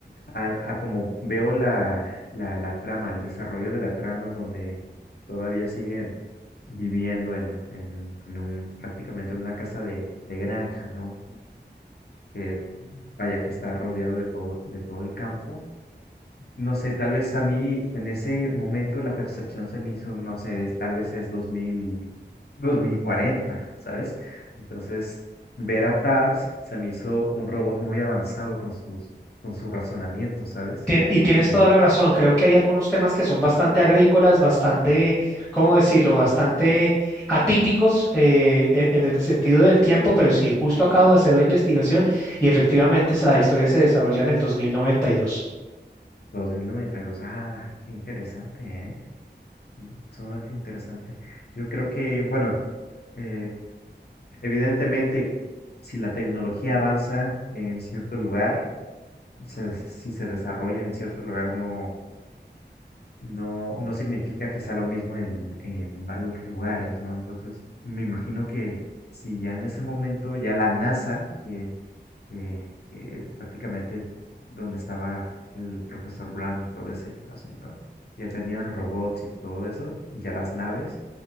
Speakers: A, on the left; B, in the centre.
A: a, a como veo la, la, la trama, el desarrollo de la trama, donde todavía siguen viviendo en, en, en un, prácticamente una casa de, de granja, ¿no? Que vaya que está rodeado de todo, de todo el campo no sé, tal vez a mí en ese momento la percepción se me hizo, no sé, es- tal vez es dos dos mil dos mil cuarenta ¿sabes? Entonces, ver a TARS se me hizo un robot muy avanzado con sus, con su razonamiento, ¿sabes?
B: Tien- y tienes
A: Y
B: toda la razón, creo que hay algunos temas que son bastante agrícolas, bastante, ¿cómo decirlo?, bastante atípicos eh, e- en el sentido del tiempo, pero sí, justo acabo de hacer la investigación y efectivamente se- la historia se desarrolla en el 2092.
A: dos mil noventa y dos ah, qué interesante, ¿eh? Mm, Sumamente interesante. Yo creo que, bueno, eh, evidentemente, si la tecnología avanza en cierto lugar, se- si se desarrolla en cierto lugar, no No, no significa que sea lo mismo en, en varios lugares, ¿no? Entonces, me imagino que si ya en ese momento ya la NASA, que, que, que es prácticamente donde estaba el profesor brand y todo ese asunto, ya tenían robots y todo eso, ya las naves,